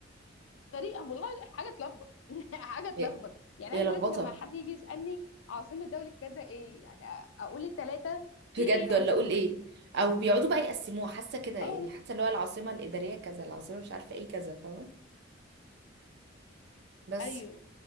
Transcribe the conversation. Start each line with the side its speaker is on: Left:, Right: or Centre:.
Left: غريبه والله حاجه تلخبط <laughs> يعني حاجه
Right: هي
Left: تلخبط يعني
Right: هي
Left: انا
Right: لخبطه
Left: دلوقتي لما حد يجي يسالني عاصمه دوله كذا ايه يعني أ- اقول الثلاثه في
Right: بجد
Left: ايه لا
Right: ولا
Left: مش
Right: اقول
Left: كده
Right: ايه او بيقعدوا بقى يقسموها حاسه كده يعني
Left: اه والله
Right: حاسه اللي هو العاصمه الاداريه كذا العاصمه مش عارفه ايه كذا فاهمه بس
Left: ايوه